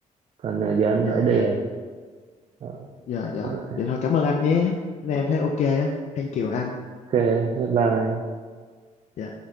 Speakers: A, on the right; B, on the left.
A: còn ờ, giờ anh
B: dạ,
A: phải đi
B: dạ,
A: rồi Ờ,
B: dạ, dạ.
A: ok
B: Vậy thôi cảm ơn anh nhé. Nên em thấy ok á. Thank you anh.
A: bye bye
B: Dạ.